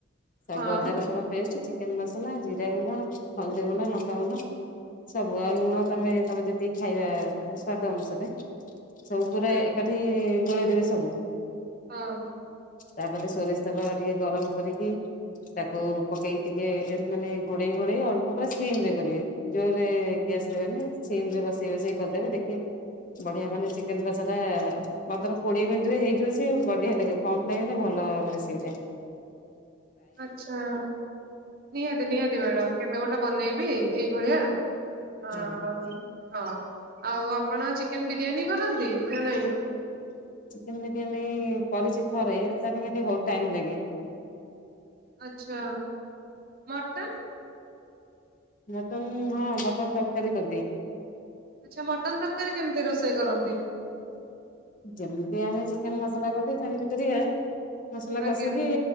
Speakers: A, on the left (about 45°); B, on the right (about 50°).
A: ସବୁ
B: ହଁ
A: ଅଦା ରସୁଣ ପେଷ୍ଟ ଚିକେନ ମସଲା ଜିରା ଗୁଣ୍ଡ ହଳଦିଗୁଣ୍ଡ ଲଙ୍କାଗୁଣ୍ଡ। ସବୁ ଆଉ ଲୁଣ ତମେ ତମେ ଯେତିକି ଖାଇବା ସ୍ଵାଦ ଅନୁସାରେ। ସବୁ ପୁରା
B: ଆଜ୍ଞା
A: ଏକାଠି ଗୋଳେଇ ଦେବେ ସବୁ।
B: ହଁ।
A: ତାପରେ ସୋରିଷ ତେଲ ଟିକେ ଗରମ କରିକି। ତାକୁ ପକେଇକି ଟିକେ ଏନ୍ତି ମାନେ ଘୋଡେଇ ଘୋଡେଇ ଆଉ ପୁରା ସିମ ରେ କରିବେ ଜୋରରେ ଗ୍ୟାସ୍‌ଦେବେନି ସିମ ରେ ବସେଇ ବସେଇ କରିଦେବେ ଦେଖିବେ ବଢିଆ ମାନେ ସିକ୍ କିନ୍ତୁ ସେଟା ପନ୍ଦର କୋଡିଏ ମିନିଟ ରେ ହେଇଯିବ ସେ ବଢିଆ ଲାଗେ କମ୍ ଟାଇମ ରେ ଭଲ ଟିବ୍ ଟାଇମ।
B: ଆଚ୍ଛା ନିହାତି ନିହାତି ମ୍ୟାଡାମ କେବେ ଗୋଟେ ବନେଇବି ଏଇ ଭଳିଆ ଅଁ
A: ହଁ
B: ହଁ ଆଉ ଆପଣ ଚିକେନ ବିରିୟାନୀ କରନ୍ତି ନା ନାଇଁ।
A: ଚିକେନ ବିରିୟାନୀ କରିଛି ଥରେ ତାପାଇଁକା ଟିକେ ବହୁତ ଟାଇମ ଲାଗେ।
B: ଆଚ୍ଛା ମଟନ?
A: ମଟନ୍ ହଁ ମଟନ୍ ତରକାରୀ କରିଦିଏ।
B: ଆଚ୍ଛା ମଟନ ତରକାରୀ କେମିତି ରୋଷେଇ କରନ୍ତି?
A: ଯେମିତି ଆମେ ଚିକେନ ମସଲା କରୁଥେ ସେମିତି କରିବେ। ମସଲା
B: ଆଜ୍ଞା
A: କଷିକି